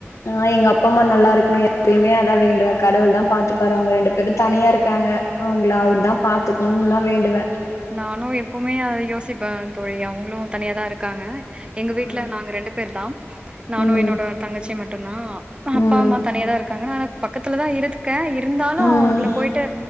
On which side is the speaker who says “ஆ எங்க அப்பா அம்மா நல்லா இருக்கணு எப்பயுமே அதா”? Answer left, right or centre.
Left